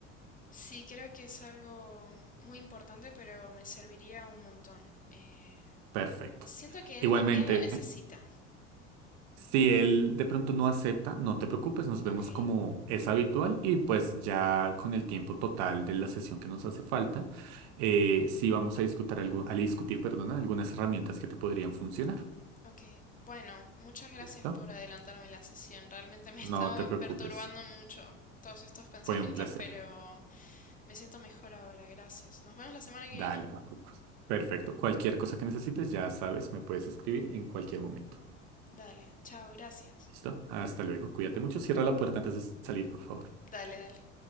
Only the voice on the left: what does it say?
Sí, creo que es algo muy importante, pero me serviría un montón. Eh,
siento que
él también la necesita.
Ok,
ok. Bueno, muchas gracias
por adelantarme la sesión. Realmente me <laughs> estaba
perturbando
mucho todos estos pensamientos,
pero me siento mejor ahora. Gracias. Nos vemos la semana que
viene.
Dale, chao, gracias.
Dale, dale.